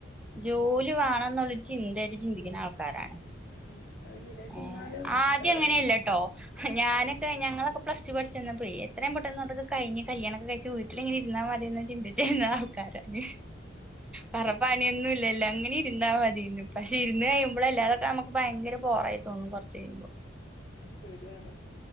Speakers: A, in the centre; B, on the left.
A: ജോലി വാണം ന്നുള്ള ചിന്തയായിട്ട് ചിന്തിക്കുന്ന ആൾക്കാരാണ്
B: ഉം. അത് ശരിയാ. പക്ഷെ
A: ഏഹ്
B: എന്നാലും
A: ആദ്യങ്ങനെയല്ലട്ടോ
B: ഏഹ്
A: ഞാനൊക്കെ
B: ആഹ്
A: ഞങ്ങളൊക്കെ പ്ലസ് ടു പഠിച്ച്ന്ന പ്പയേ എത്രേം പെട്ടെന്ന് അതൊക്ക കഴിഞ്ഞ് കല്യാണൊക്കെ കഴിച്ച് വീട്ടിലിങ്ങനെ ഇരുന്നാ മതിയെന്ന് ചിന്തിച്ചിരുന്നതാ. കരഞ്ഞ് വേറെ പണിയൊന്നും ഇല്ലല്ലോ അങ്ങനെ ഇര്ന്നാ മതീന്ന്. പക്ഷേ ഇര്ന്ന് കഴിയുമ്പളല്ലേ അതൊക്കെ അമ്മക്ക് ഭയങ്കര പോറായി തോന്നും കൊർച്ച് കഴിയുമ്പോ
B: ഉം, ശെരിയാണ്.